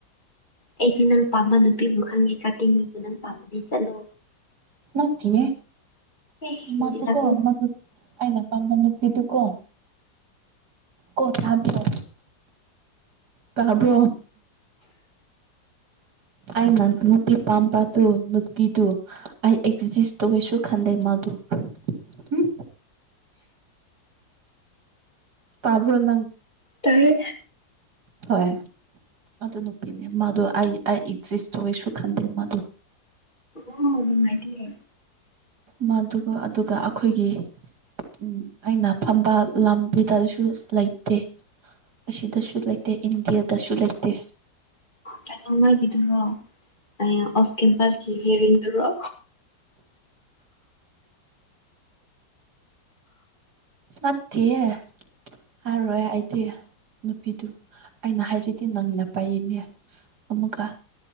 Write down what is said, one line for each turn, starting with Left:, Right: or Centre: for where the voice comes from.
Left: ꯑꯩꯗꯤ ꯅꯪ ꯄꯥꯝꯕ ꯅꯨꯄꯤꯕꯨ ꯈꯪꯉꯦ ꯀꯥꯇꯤꯟꯒꯤꯗꯨ ꯅꯪ ꯄꯥꯝꯕꯗꯤ ꯆꯠꯂꯣ
Right: ꯅꯠꯇꯤꯌꯦ
Left: ꯑꯦ ꯍꯦꯟꯖꯤꯜꯂꯛꯀꯅꯨ
Right: ꯃꯥꯗꯣ ꯀꯣ ꯃꯥꯗꯣ ꯑꯩꯅ ꯑꯄꯥꯝꯕ ꯅꯨꯄꯤꯗꯨꯀꯣ ꯀꯣ ꯊꯥꯡꯗꯣ ꯇꯕ꯭ꯔꯣ ꯑꯩꯅ ꯅꯨꯄꯤ ꯄꯥꯝꯕꯗꯨ ꯅꯨꯄꯤꯗꯨ ꯑꯩ ꯑꯦꯛꯖꯤꯁ ꯇꯧꯒꯦꯁꯨ ꯈꯟ ꯑꯩ ꯃꯥꯗꯨ ꯎꯝ ꯇꯥꯕ꯭ꯔꯣ ꯅꯪ
Left: ꯇꯥꯔꯦꯅꯦ
Right: ꯍꯣꯏ ꯑꯗꯨ ꯅꯨꯄꯤꯅꯦ ꯃꯥꯗꯣ ꯑꯩ ꯑꯩ ꯑꯦꯛꯖꯤꯁ ꯇꯧꯋꯦꯁꯨ ꯈꯟꯗꯦ ꯃꯥꯗꯣ
Left: ꯑꯣ ꯅꯨꯡꯉꯥꯏꯇꯤꯌꯦ
Right: ꯃꯗꯨꯒ ꯑꯗꯨꯒ ꯑꯩꯈꯣꯏꯒꯤ ꯎꯝ ꯑꯩꯅ ꯐꯝꯕ ꯂꯝꯕꯤꯗꯁꯨ ꯂꯩꯇꯦ ꯑꯁꯤꯗꯁꯨ ꯂꯩꯇꯦ ꯏꯟꯗꯤꯌꯥꯗꯁꯨ ꯂꯩꯇꯦ
Left: ꯀꯩꯅꯣ ꯅꯣꯢꯒꯤꯗꯨꯔꯣ ꯑꯩꯌꯥ ꯣꯐ ꯀꯦꯄꯁ ꯍꯦꯔꯤꯡꯗꯨꯔꯣ
Right: ꯅꯠꯇꯤꯌꯦ ꯍꯥꯏꯔꯣꯏ ꯑꯩꯗꯤ ꯅꯨꯄꯤꯗꯨ ꯑꯩꯅ ꯍꯥꯏꯔꯗꯤ ꯅꯪꯅ ꯄꯥꯏꯌꯦꯅꯦ ꯑꯃꯨꯀ